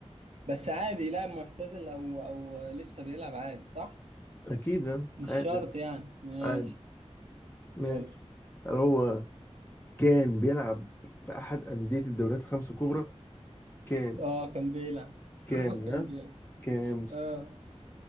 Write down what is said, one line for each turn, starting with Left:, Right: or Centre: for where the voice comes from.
Right: بس عادي لاعب معتزل أو أو لسه بيلعب عادي صح؟
Left: اكيد يعني،
Right: مش
Left: عادي
Right: شرط يعني ماشي
Left: عادي ماشي
Right: يلا
Left: هل هو كان بيلعب في احد اندية الدوريات الخمس الكبرى كان
Right: اه كان بيلعب
Left: كان
Right: <laughs> اه كان
Left: ها
Right: بيلعب
Left: كان
Right: اه